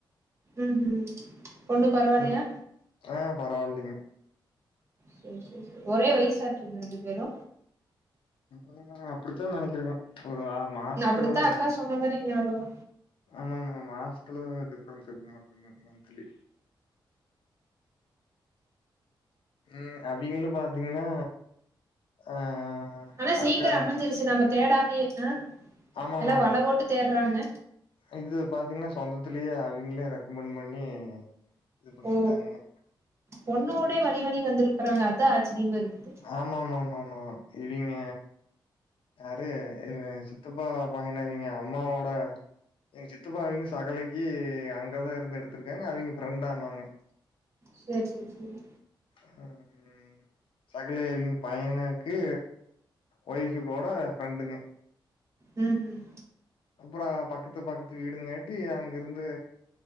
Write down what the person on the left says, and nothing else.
ம் ஆ பரவால்லைங்க
<inaudible> அப்டித்தா நெனைக்கறேங்க ஒரு ஆ மாசத்துலதா
ஆமாமாமா ஹாஸ்டல டிஃப்ரன்ஸ் இருக்கமாட்ருக்குங் மன்த்லி ம் அவிங்களு பாத்தீங்ன்னா ஆ
அக்கா
ஆமாமாங்க.
இது பாத்தீங்ன்னா சொந்தத்திலயே அவிங்களே ரெக்கமெண்ட் பண்ணி இது பண்ணிட்டாங்கங்க
ஆமாமாமாமா இவிங்க யாரு இவ சித்தப்பா பையனவிங்க அம்மாவோட எங்க சித்தப்பா அவிங்க சகலைக்கு அங்கதா இருந்து எடுத்திருக்காங்க அவிங்க ஃப்ரெண்ட் ஆமாங்க
அ ம் சகல அவிங்க பையனுக்கு ஒய்ஃபு கூட ஃப்ரெண்டுங்க
அப்பறோ பக்கத்து பக்கத்து வீடுங்காட்டி அங்கிருந்து